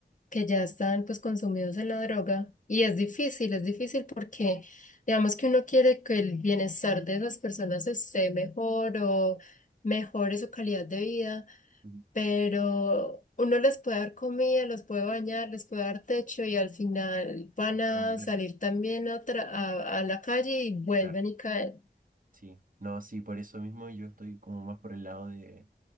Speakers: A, on the left; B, on the right.
A: que ya están pues consumidos en la droga y es difícil, es difícil porque digamos que uno quiere que el bienestar de esas personas esté mejor o mejore su calidad de vida,
B: Ujú.
A: pero uno les puede dar comida, los puede bañar, les puede dar techo y al final van
B: Entonces,
A: a salir también a, tra- a, a la calle y vuelven
B: Claro,
A: y caen.
B: sí. No, sí, por eso mismo yo estoy como más por el lado de,